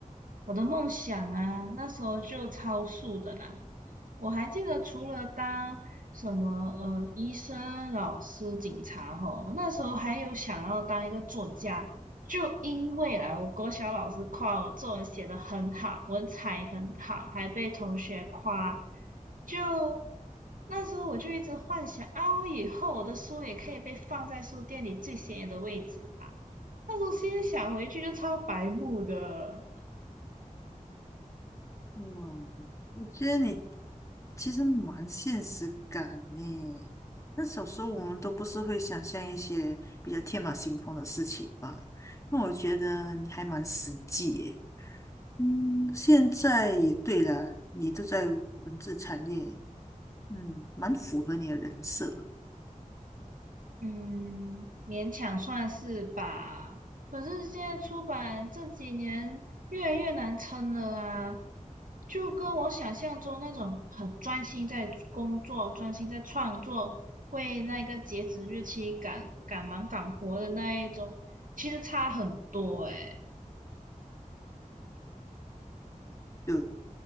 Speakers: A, on the right (about 75°); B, on the left (about 20°).
A: 我的梦想啊，那时候就超速的啦。我还记得，除了当什么呃医生、老师、警察吼，我那时候还有想要当一个作家，就因为啦，我国小老师夸我作文写得很好，文采很好，还被同学夸。就那时候我就一直幻想啊，我以后我的书也可以被放在书店里最显眼的位置啊。那时候现在想回去就超白目的。
B: 哇，我觉得你其实蛮现实感呢。那小时候我们都不是会想象一些比较天马行空的事情嘛，那我觉得你还蛮实际耶。嗯，现在也对了，你都在文字产业，嗯，蛮符合你的人设。
A: 嗯，勉强算是吧。可是现在出版这几年越来越难撑了啊，就跟我想象中那种很专心在工作、专心在创作，为那个截止日期赶赶忙赶活的那一种，其实差很多诶。
B: 对。